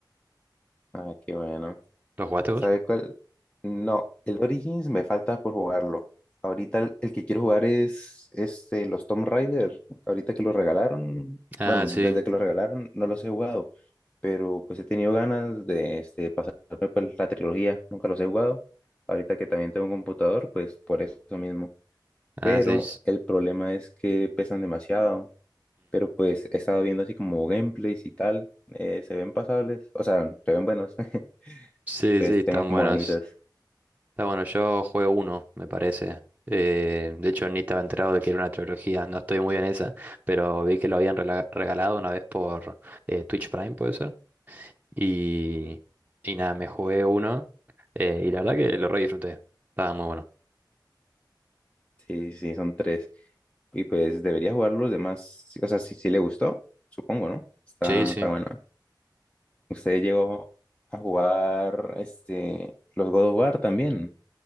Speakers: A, on the left; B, on the right.
A: Ah, qué bueno.
B: ¿Los jugaste
A: ¿Sabe
B: vos?
A: cuál? No, el Origins me falta por jugarlo. Ahorita el, el que quiero jugar es este, los Tomb Raider. Ahorita que los regalaron,
B: Ah,
A: bueno,
B: sí.
A: desde que los regalaron no los he jugado, pero pues he tenido ganas de este, pasarme pues, la trilogía. Nunca los he jugado. Ahorita que también tengo un computador, pues por eso mismo.
B: Ah,
A: Pero
B: sí.
A: el problema es que pesan demasiado. Pero pues he estado viendo así como gameplays y tal. eh, se ven pasables, o sea, se ven buenos. <laughs>
B: Sí,
A: Entonces
B: sí, están
A: tengo como
B: buenos.
A: ganitas.
B: Está bueno, yo juego uno, me parece. Eh, de hecho, ni estaba enterado de que era una trilogía, no estoy muy en esa, pero vi que lo habían rela- regalado una vez por eh, Twitch Prime, puede ser. Y, y nada, me jugué uno eh, y la verdad que lo re disfruté. Estaba muy bueno.
A: Sí, sí, son tres. Y pues debería jugar los demás. Sí, O sea, si, si le gustó, supongo, ¿no? Está,
B: Sí, sí.
A: está bueno. Usted llegó a jugar este, los God of War también.